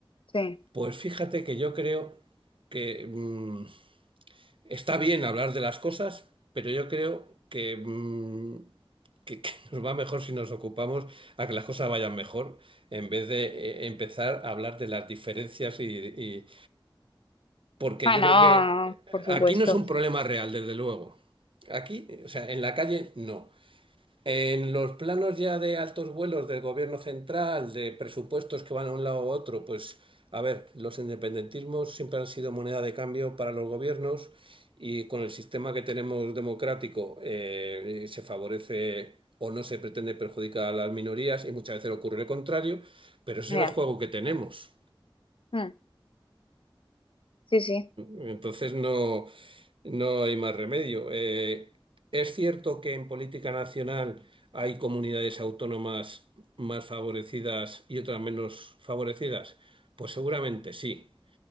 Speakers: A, on the left; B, on the right.
A: Sí.
B: pues fíjate que yo creo que... mm, Está bien hablar de las cosas, pero yo creo que, mm, que, que <laughs> nos va mejor si nos ocupamos a que las cosas vayan mejor, en vez de eh, empezar a hablar de las diferencias y, y- porque
A: Ah,
B: yo
A: no,
B: creo que
A: no, por supuesto.
B: aquí no es un problema real, desde luego. Aquí, o sea, en la calle no. En los planos ya de altos vuelos del gobierno central, de presupuestos que van a un lado u otro, pues a ver, los independentismos siempre han sido moneda de cambio para los gobiernos y con el sistema que tenemos democrático eh, se favorece o no se pretende perjudicar a las minorías y muchas veces ocurre lo contrario, pero ese
A: Ya.
B: es el juego que tenemos.
A: Mm, Sí, sí,
B: Entonces no, no hay más remedio. Eh, es cierto que en política nacional hay comunidades autónomas más favorecidas y otras menos favorecidas. Pues seguramente sí.